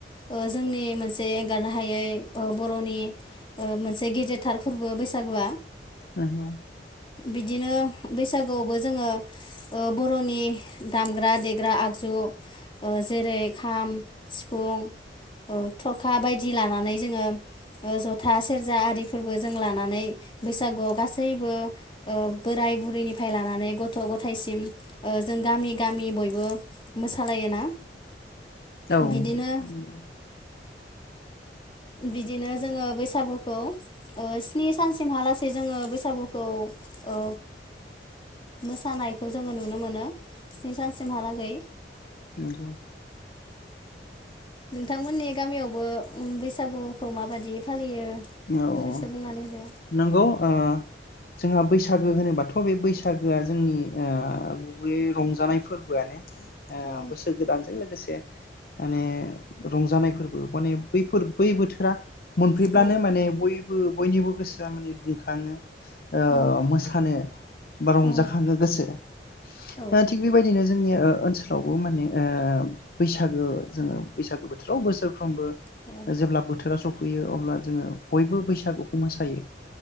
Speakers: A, on the left; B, on the left.
A: ओ जोंनि मोनसे एंगारनो हायै ओ बर'नि मोनसे ओ गेदेरथार फोरबो बैसागुआ।
B: नंगौ
A: बिदिनो बैसागुआवबो जोङो ओ बर'नि दामग्रा देग्रा आगजु ओ जेरै खाम, सिफुं, ओ थरखा बायदि लानानै जोङो ओ ज'था सेरजा आरिफोरबो जों लानानै बैसागुआव गासैबो ओ बोराय बुरैनिफ्राय लानानै ग थ' गथायसिम ओ जों गामि गामि बयबो मोसालायोना।
B: औ
A: बिदिनो
B: नंगौ
A: बिदिनो जोङो बैसागुखौ ओ स्नि सानसिमहालासै जोङो बैसागुखौ ओ मोसानायखौ जोङो नुनो मोनो स्नि सानसिमहालागै।
B: नंगौ
A: नोंथांमोननि गामियाव बो ओम बैसागुखौ माबायदि फालियो
B: औ औ
A: फंनैसो बुंनानै होदो
B: नंगौ ओ जोंहा बैसागो होनोबाथ' बे बैसागोआ जोंनि ओ गुबै रंजानाय फोरबोआनो। ओ
A: औ
B: बोसोर गोदानजों लोगोसे माने रंजानायफोरबो माने बैफोर बै बोथोरा मोनफैब्लानो
A: औ
B: बयबो बयनिबो गोसोआ माने दुंखाङो। ओ
A: औ
B: मोसानो बा रंजाखांओ
A: औ
B: गोसोआ
A: औ
B: ओ थिग बेबायदिनो जों नि ओ-ओनसोलावबो माने ओ बैसागो जोंङो बैसागो बोथोराव बोसोरफ्रोमबो
A: औ
B: जेब्ला बोथोरा सफै फैयो अब्ला जोंङो बयबो बैसागुखौ मोसायो